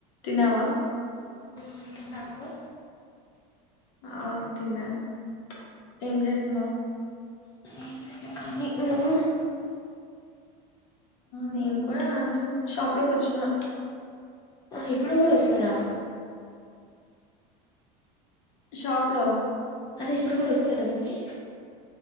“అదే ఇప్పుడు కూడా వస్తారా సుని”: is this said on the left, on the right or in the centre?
Left